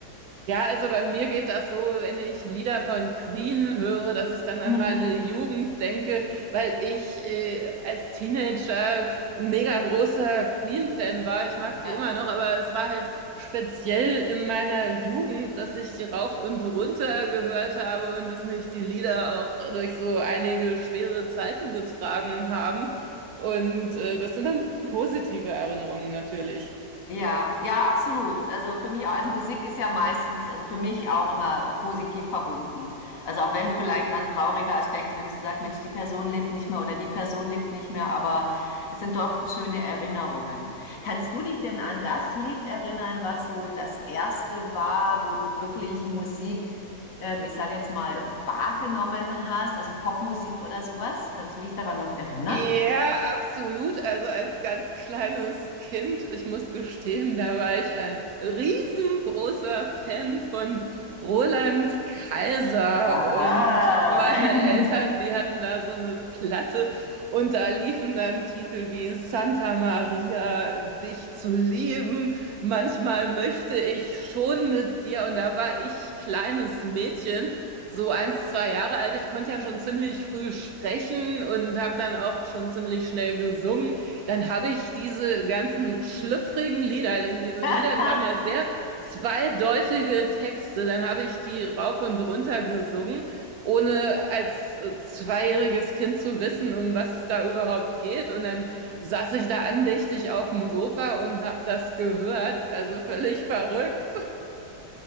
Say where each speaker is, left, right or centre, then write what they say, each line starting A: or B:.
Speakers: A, on the right (about 70°); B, on the left (about 60°).
A: Ja, also bei mir geht das so, wenn ich Lieder von Queen höre, dass ich dann
B: Hm,
A: an meine Jugend denke, weil ich äh, als Teenager ein mega großer Queen-Fan war. Ich mag
B: ja.
A: die immer noch, aber es war halt speziell in meiner Jugend, dass ich die rauf und runter gehört habe und dass mich die Lieder auch durch so einige schwere Zeiten getragen haben. Und äh, das sind dann positive Erinnerungen natürlich.
B: Ja, ja, absolut. Also für mich auch, also Musik ist ja meistens, also für mich auch immer positiv verbunden. Also auch wenn vielleicht dann trauriger Aspekt, wenn ich so sage, Mensch, die Person lebt nicht mehr oder die Person lebt nicht mehr, aber es sind doch schöne Erinnerungen. Kannst du dich denn an das Lied erinnern, was so das erste war, wo du wirklich Musik, ähm, ich sage jetzt mal, wahrgenommen hast, also Popmusik oder sowas? Kannst du dich daran noch erinnern?
A: Ja, absolut. Also als ganz kleines Kind, ich muss gestehen, da war ich ein riesengroßer Fan von Roland Kaiser
B: Ah.
A: und meine Eltern, die hatten da so eine Platte und da liefen dann Titel wie Santa Maria, dich zu lieben, manchmal möchte ich schon mit dir und da war ich kleines Mädchen so eins, zwei Jahre alt. Ich konnte ja schon ziemlich früh sprechen und habe dann auch schon ziemlich schnell gesungen. Dann habe ich diese ganzen schlüpfrigen Lieder, denn diese
B: <laughs>
A: Lieder, die haben ja sehr zweideutige Texte, dann habe ich die rauf und runter gesungen, ohne als äh, zweijähriges Kind zu wissen, um was es da überhaupt geht. Und dann saß ich da andächtig auf dem Sofa und habe das gehört. Also völlig verrückt.